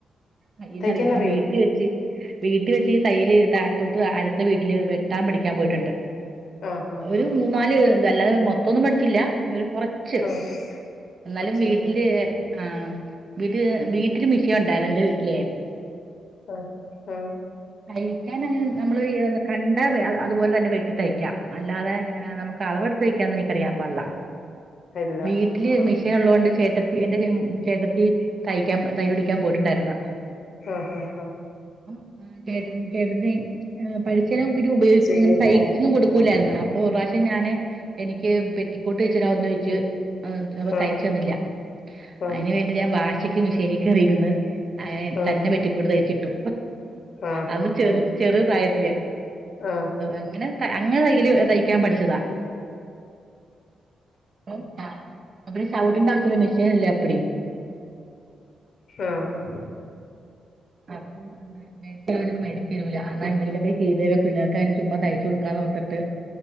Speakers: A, on the right (about 45°); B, on the left (about 65°).
A: തയ്യലറിയാം
B: തൈക്കാനറി
A: വീട്ടിൽ വെച്ചി വീട്ടിൽ വെച്ച്ഈ തയ്യൽ താഴത്തോട്ട് അടുത്ത വീട്ടില് വെട്ടാൻ പഠിക്കാൻ പോയിട്ടുണ്ട്
B: ആഹ് ആഹ്
A: ഒരു മൂന്നാല് തഅല്ലാതെ മൊത്തം ന്നു പഠിച്ചില്ല ഒരു കുറച്ച്
B: ആഹ് ആഹ്
A: എന്നാലും
B: കൊറച്ച്
A: വീട്ടില് ആ വീട് വീട്ടില് മിഷീൻ ഉണ്ടായത് എന്റെ വീട്ടിലേ
B: ആഹ ആഹ
A: തയ്ക്കാൻ അങ്ങനെ നമ്മള് കണ്ട അതുപോലെ തന്നെ വെട്ടി തയ്ക്കാം അല്ലാതെ നമുക്കളന്ന്‌ വക്കാ എനിക്കറിയാൻ പാടില്ല
B: ഇല്ല
A: വീട്ടില്
B: ആഹ്
A: മെഷീൻ ഉള്ളത് കൊണ്ട് ചേട്ടൻ എന്റെ ചേട്ടത്തി തയ്ക്കാൻ തൈ പടിക്കാൻ പോയിട്ടുണ്ടായിരുന്നു
B: ആഹ് ഹഹ ഹഹ
A: ആ കേട്ട്ണ് കെടതി പഠിച്ചേതിനും പിന്നെ ഉപയോഗിക്ക
B: ചെയ്യുന്നത്
A: അങ്ങനെ തൈചൊന്നും
B: കണ്ട്
A: കൊടുക്കൂല്ലായിരുന്നു
B: ആഹ്
A: അപ്പൊ ഒരു പ്രാവശ്യം ഞാന് എനിക്ക് പെറ്റിക്കോട്ട് ടീച്ചറാവാന്ന് ചോയ്ച്ച്
B: ആഹ്
A: അപ്പൊ തയ്ച്ച തന്നില്ല
B: ആഹ്
A: അതിന് വേണ്ടി ഞാൻ വാ ഉച്ചയ്ക്ക് മിഷീന കയറിയിരുന്ന് അഎൻ
B: ആഹ്
A: തന്നെ പെറ്റിക്കോട്ട്തയ്ച്ചിട്ടു
B: ആഹ്
A: അന്ന്
B: ആഹ്
A: ചെറു
B: ആഹ്
A: ചെറു പ്രായത്തില്
B: ആഹ്
A: അങ്ങനെ അങ്ങനെ തയ്യില് തയ്ക്കാൻ പഠിച്ചതാ ആ അ ചവിട്ടണ്ടാവച്ചല്ലോ മെഷീനല്ലേ അപ്പി ടി
B: ആഹ
A: അപ്പൊ മേടിച്ചത് മേടിച്ചരൂല അതാ എന്ത ശീതയക്കെ പിള്ളേർക്ക് അതിന് ചുമ്മാ തയ്ച്ചു കൊടുക്കാന്നോർത്തിട്ട്